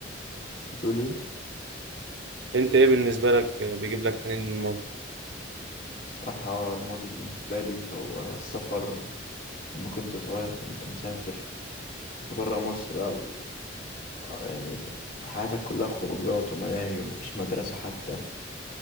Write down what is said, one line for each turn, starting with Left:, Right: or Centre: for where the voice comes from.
Left: بتقول ايه
Right: انت ايه بالنسبة لك بيجيب لك حنين للماضي
Left: الصراحه الماضي بالنسبه لي فهو السفر لما كنت صغير كنت مسافر كنت بره مصر بقى و... آه يعني حياتك كلها خروجات وملاهي ومفيش مدرسه حتى